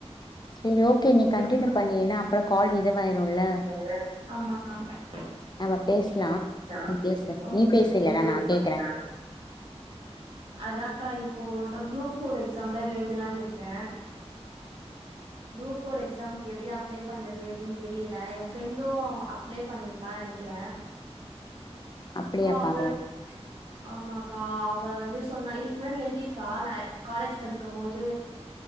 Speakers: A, on the left (about 40°); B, on the right (about 55°).
A: செரி ஓகே
B: <unintelligible>
A: நீ கண்டினியூ பண்ணு ஏன்னா அப்றோ கால் இதுவாயிருல்ல
B: ஆமாக்கா <unintelligible>
A: நம்ம பேசலா நீ பேசு நீ பேசு இல்லனா நா கேக்குறே
B: அதாக்கா இப்போ குரூப் ஃபோர் எக்ஸாம்தா எழுதலானு இருக்கே குரூப் ஃபோர் எக்ஸாம்க்கு எப்டி அப்ளை பண்றது எப்டி தெரீல எ ஃப்ரெண்டோ அப்ளே பண்ணிருக்கான்னு நெனைக்கிறே
A: அப்படியாப்பா
B: ஆ அவளு ஆமாக்கா அவ வந்து சொன்னா இதுக்கு முன்னாடி எழுதிருக்கா நா காலேஜ் படிக்கும் போது